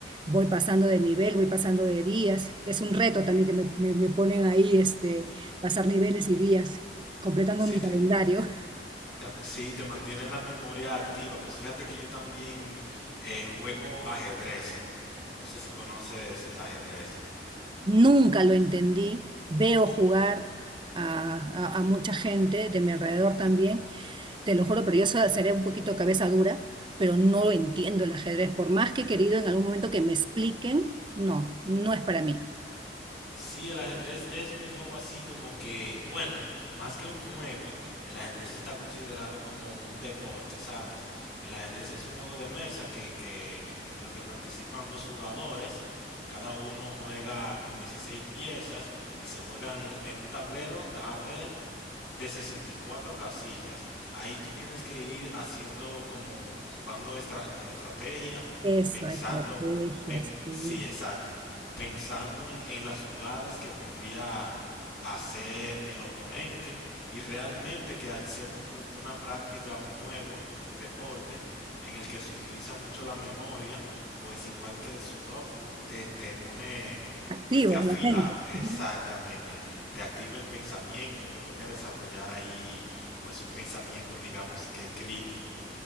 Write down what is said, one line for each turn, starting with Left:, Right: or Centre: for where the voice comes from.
Right: voy pasando de nivel, voy pasando de días. Es un reto también que me, me- me ponen ahí, este, pasar niveles y días, completando
Left: Sí,
Right: mi
Left: te,
Right: calendario.
Left: te- sí, te mantiene la memoria activa. Pues fíjate que yo también eh, juego ajedrez. No sé si conoces el ajedrez.
Right: Nunca lo entendí. Veo jugar a, a- a mucha gente de mi alrededor también. Te lo juro, pero yo so- seré un poquito cabeza dura, pero no lo entiendo el ajedrez. Por más que he querido en algún momento que me expliquen, no, no es para mí.
Left: Sí, el ajedrez es un juego así como que, bueno, más que un juego, el ajedrez está considerado como un deporte, ¿sabes? El ajedrez es un juego de mesa que, que en lo que participan dos jugadores, cada uno juega con 16 piezas y se juega en un, en un tablero, deja ver, de 64 casillas. Ahí tú tienes que ir haciendo como jugando estra- con estrategia,
Right: Eso,
Left: pensando,
Right: estrategias,
Left: pen-
Right: sí.
Left: sí, exacto, pensando en, en las jugadas que podría hacer el oponente y realmente que al ser un- un- una práctica, un juego, deporte en el que se utiliza mucho la memoria, pues igual que el Sudoku, te, te pone,
Right: Activo,
Left: pues te afila
Right: la mente.
Left: exactamente,
Right: Ujú.
Left: te activa el pensamiento, te pone a desarrollar ahí, pues un pensamiento, digamos que crítico.